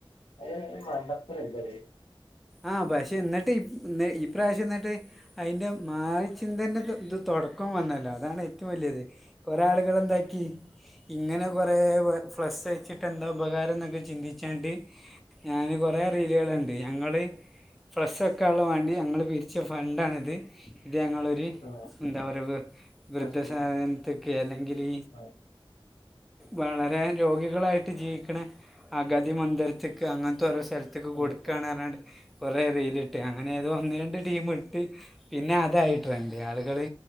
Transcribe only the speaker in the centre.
ആഹ് ബഷേ എന്നിട്ട് ഇ ഈ പ്രാവശ്യം എന്നിട്ട് അതിന്റെ മാറിച്ചിന്തന്നെ ഇത് തുടക്കം വന്നല്ലോ അതാണ് ഏറ്റവും വലിയത് കൊറേ ആളുകളെന്താക്കി ഇങ്ങനെ കുറേ ഫ്ലസ്സ് വച്ചിട്ട് എന്താ ഉപകാരം ന്നൊക്കെ ചിന്തിച്ചാണ്ട് ഞാന് കൊറേ റീലുകള് കണ്ട് ഞങ്ങള് ഫ്ലക്സ് വെക്കാൻ ള്ളവേണ്ടി ഞങ്ങള് പിരിച്ച ഫണ്ടാണിത് ഇത് ഞങ്ങളൊരു
എന്താ പറ വൃദ്ധസദനത്തൊക്കെ
അല്ലെങ്കിലീ
വളരെ രോഗികളായിട്ട് ജീവിക്കണ അഗതി മന്ദിരത്തിക്ക് അങ്ങനത്തെ ഓരോ സ്ഥലത് ത്തക്ക്
കൊടുക്കുകാണ്റാണ്ട് കൊറേ റീലിട്ട് അങ്ങനെ ഏതോ ഒന്ന് രണ്ട് ടീം ഇട്ട് പിന്നെ അതായി ട്രെൻഡ് ആളുകള്